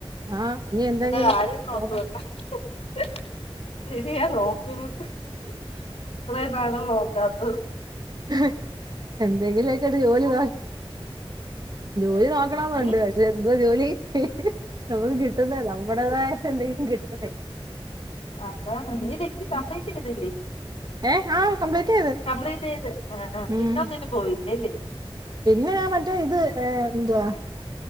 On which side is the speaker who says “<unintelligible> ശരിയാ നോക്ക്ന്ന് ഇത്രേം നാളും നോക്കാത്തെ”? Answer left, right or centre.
Left